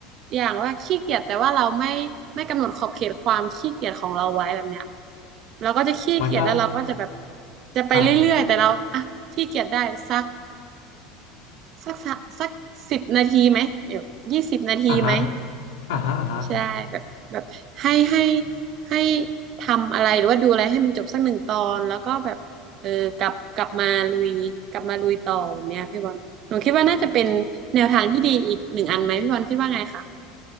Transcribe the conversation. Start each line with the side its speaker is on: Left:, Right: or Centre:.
Right: อย่างว่าขี้เกียจแต่ว่าเราไม่ไม่กำหนดขอบเขตความขี้เกียจของเราไว้แบบเนี้ยเราก็จะขี้เกียจแล้วเราก็จะแบบ
Left: มันก็
Right: จะไปเรื่อยๆแต่เราอ่ะขี้เกียจได้สัก
Left: อ่า
Right: สักสักสิบนาทีไหมเดี๋ยวยี่สิบนาทีไหม
Left: อ่าฮะอ่าฮะอ่าฮะ
Right: ใช่แบบแบบให้ให้ให้ทำอะไรหรือว่าดูอะไรให้มันจบสักหนึ่งตอนแล้วก็แบบเออกลับกลับมาลุยกลับมาลุยต่อแบบเนี้ยพี่บอลหนูคิดว่าน่าจะเป็นแนวทางที่ดีอีกหนึ่งอันไหมพี่บอลคิดว่าไงคะ